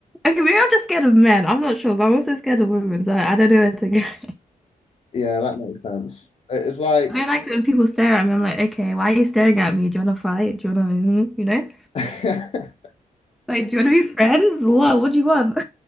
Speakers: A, in the centre; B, on the left.
A: Okay, maybe I'm just scared of men. I'm not sure, but I'm also scared of women, so I don't know where to go. <laughs>
B: that makes sense it's like
A: I mean, like when people stare at me, I'm like, okay, why are you staring at me? Do you want to fight? Do you want to, you know?
B: <laughs>
A: Like, do you want to be friends? What? What do you want?